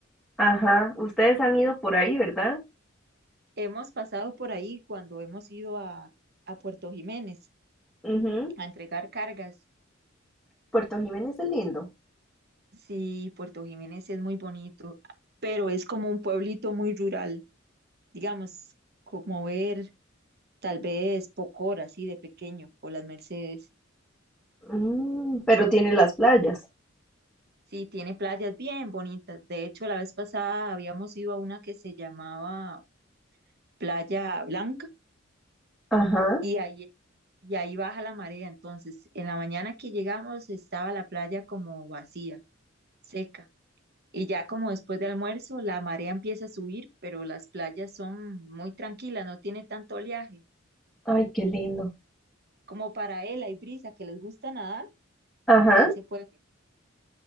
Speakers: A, in the centre; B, on the right.
A: Ajá, ustedes han ido por ahí, ¿verdad?
B: Hemos pasado por ahí cuando hemos ido a, a Puerto Jiménez
A: Ujú,
B: a entregar cargas.
A: Puerto Jiménez es lindo.
B: Sí, Puerto Jiménez es muy bonito, pero es como un pueblito muy rural, digamos, como ver tal vez Pocora, así de pequeño, o Las Mercedes.
A: Mm, pero tiene las playas.
B: Sí, tiene playas bien bonitas. De hecho, la vez pasada habíamos ido a una que se llamaba Playa Blanca
A: Ajá.
B: y ahí, y ahí baja la marea. Entonces, en la mañana que llegamos estaba la playa como vacía, seca. Y ya como después de almuerzo, la marea empieza a subir, pero las playas son muy tranquilas, no tiene tanto oleaje.
A: Ay, qué lindo.
B: Como para él hay brisa que les gusta nadar,
A: Ajá.
B: ahí se pueden meter.